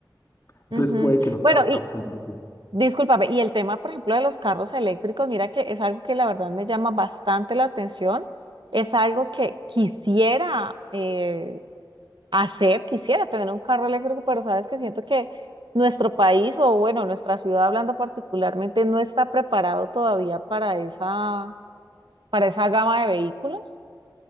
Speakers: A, on the right; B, on the left.
A: Ujú.
B: Entonces, puede que no
A: Bueno,
B: sea
A: y
B: una opción para ti.
A: discúlpame, y el tema, por ejemplo, de los carros eléctricos, mira que es algo que la verdad me llama bastante la atención. Es algo que quisiera eh, hacer, quisiera tener un carro eléctrico, pero sabes que siento que nuestro país o bueno, nuestra ciudad hablando particularmente no está preparado todavía para esa, para esa gama de vehículos.